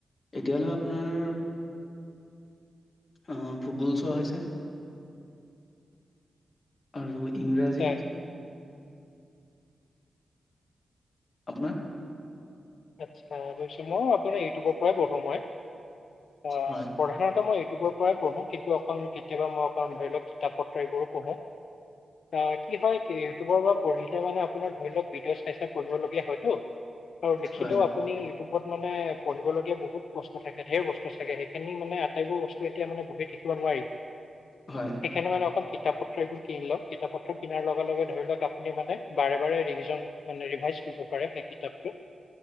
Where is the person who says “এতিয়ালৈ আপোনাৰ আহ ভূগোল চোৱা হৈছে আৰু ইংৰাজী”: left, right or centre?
Left